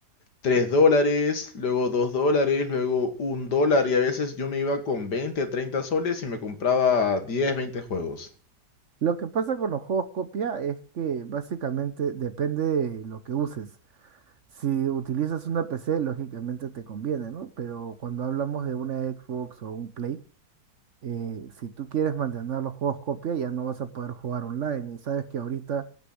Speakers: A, on the left; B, on the right.
A: 3 dólares, luego 2 dólares, luego un dólar y a veces yo me iba con veinte treinta soles y me compraba diez veinte juegos.
B: Lo que pasa con los juegos copia es que básicamente depende de lo que uses. Si utilizas una PC, lógicamente te conviene, ¿no? Pero cuando hablamos de una Xbox o un Play, eh, si tú quieres mantener los juegos copia, ya no vas a poder jugar online. Y sabes que ahorita